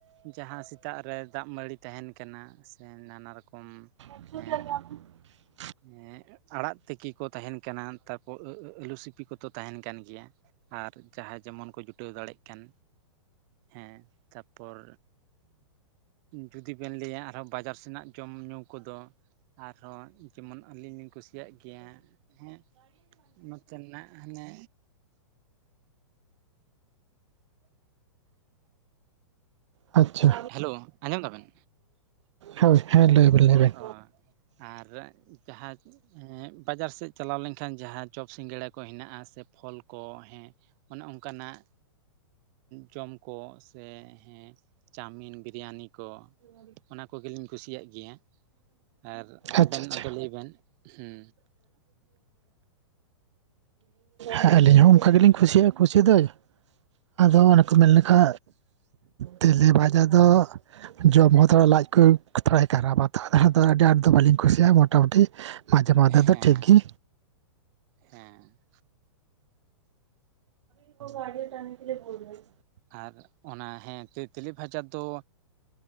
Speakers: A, on the right; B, on the right.
A: ᱡᱟᱦᱟᱸ ᱥᱮᱛᱟᱜ ᱨᱮ ᱫᱟᱜ ᱢᱟᱹᱲᱤ ᱛᱟᱦᱮᱱ ᱠᱟᱱᱟ ᱥᱮ ᱱᱟᱱᱟ ᱨᱚᱠᱚᱢ
B: <unintelligible>
A: ᱮᱸᱜ ᱮᱸᱜ ᱟᱲᱟᱜ ᱛᱤᱠᱤ ᱠᱚ ᱛᱟᱦᱮᱱ ᱠᱟᱱᱟ ᱛᱟᱨᱯᱚᱨ ᱟᱹᱞᱩ ᱥᱤᱯᱤ ᱠᱚᱛᱚ ᱛᱟᱦᱮᱱ ᱠᱟᱱ ᱜᱮᱭᱟ ᱟᱨ ᱡᱟᱦᱟᱸᱭ ᱡᱮᱢᱚᱱ ᱠᱚ ᱡᱩᱴᱟᱹᱣ ᱫᱟᱲᱮᱜ ᱠᱟᱱ ᱦᱮᱸ ᱛᱟᱯᱚᱨ ᱡᱩᱫᱤ ᱵᱮᱱ ᱞᱟᱹᱭᱟ ᱟᱨᱦᱚᱸ ᱵᱟᱡᱟᱨ ᱥᱮᱱᱟᱜ ᱡᱚᱢ ᱧᱩ ᱠᱚᱫᱚ ᱟᱨᱦᱚᱸ ᱡᱮᱢᱚᱱ ᱟᱹᱞᱤᱧ ᱞᱤᱧ ᱠᱩᱥᱤᱭᱟᱜ ᱜᱮᱭᱟ ᱦᱮᱸ ᱱᱚᱛᱮᱱᱟᱜ ᱦᱟᱱᱮ
B: ᱟᱪᱪᱷᱟ,
A: ᱦᱮᱞᱳ ᱟᱸᱡᱚᱢ ᱫᱟᱵᱮᱱ
B: ᱦᱳᱭ ᱦᱮᱸ ᱞᱟᱹᱭ ᱵᱮᱱ ᱞᱟᱹᱭ ᱵᱮᱱ
A: ᱚ ᱟᱨ ᱡᱟᱦᱟᱸ ᱦᱮᱸ ᱵᱟᱡᱟᱨ ᱥᱮᱫ ᱪᱟᱞᱟᱣ ᱞᱮᱱᱠᱷᱟᱱ ᱡᱟᱦᱟᱸ ᱪᱚᱯ ᱥᱤᱸᱜᱟᱹᱲᱟ ᱠᱚ ᱦᱮᱱᱟᱜᱼᱟ ᱥᱮ ᱯᱷᱚᱞ ᱠᱚ ᱦᱮᱸ ᱚᱱᱮ ᱚᱱᱠᱟ ᱱᱟᱜ ᱡᱚᱢ ᱠᱚ ᱥᱮ ᱦᱮᱸ ᱪᱟᱣᱢᱤᱱ ᱵᱤᱨᱭᱟᱱᱤ ᱠᱚ
B: ᱟᱪᱪᱷᱟ
A: ᱚᱱᱟ ᱠᱚᱜᱮᱞᱤᱧ ᱠᱩᱥᱤᱭᱟᱜ ᱜᱮᱭᱟ ᱟᱨ ᱟᱵᱮᱱ
B: ᱟᱪᱪᱷᱟ
A: ᱟᱫᱚ
B: ᱾
A: ᱞᱟᱹᱭ ᱵᱮᱱ ᱦᱮᱸ
B: ᱦᱮᱸ ᱟᱹᱞᱤᱧ ᱦᱚᱸ ᱚᱱᱠᱟ ᱜᱮᱞᱤᱧ ᱠᱩᱥᱤᱭᱟᱜᱼᱟ ᱠᱩᱥᱤ ᱫᱚ ᱾ ᱟᱫᱚ ᱚᱱᱮ ᱠᱚ ᱢᱮᱱ ᱞᱮᱠᱷᱟ ᱛᱮᱞᱮ ᱵᱷᱟᱡᱟ ᱫᱚ ᱡᱚᱢ ᱦᱚᱸ ᱛᱷᱚᱲᱟ ᱞᱟᱡ ᱠᱚ ᱛᱷᱚᱲᱟᱭ ᱠᱷᱟᱨᱟᱯᱟ ᱛᱚ ᱟᱹᱰᱤ ᱟᱸᱴ ᱫᱚ ᱵᱟᱹᱞᱤᱧ ᱠᱩᱥᱤᱭᱟᱜᱼᱟ ᱢᱳᱴᱟᱢᱩᱴᱤ ᱾ ᱢᱟᱡᱮ ᱢᱚᱫᱫᱷᱮ
A: ᱦᱮᱸ
B: ᱫᱚ ᱴᱷᱤᱠ ᱜᱤ,
A: ᱦᱮᱸ
B: <unintelligible>
A: ᱟᱨ ᱚᱱᱟ ᱦᱮᱸ ᱛᱮ ᱛᱮᱞᱮ ᱵᱷᱟᱡᱟ ᱫᱚ